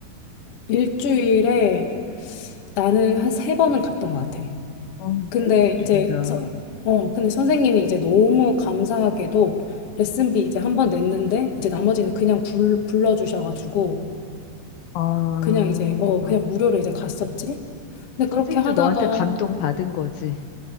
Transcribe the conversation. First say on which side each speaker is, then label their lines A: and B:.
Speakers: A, on the left; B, on the left.
A: 일주일에 나는 한 세 번은 갔던 것 같아.
B: 어,
A: 근데
B: 끝내준다.
A: 이제 저, 어, 근데 선생님이 이제 너무 감사하게도 레슨비 이제 한번 냈는데 이제 나머지는 그냥 불, 불러주셔가지고
B: 아,
A: 그냥 이제 어 그냥 무료로 이제 갔었지. 근데
B: 선생님도
A: 그렇게 하다가
B: 너한테 감동받은 거지.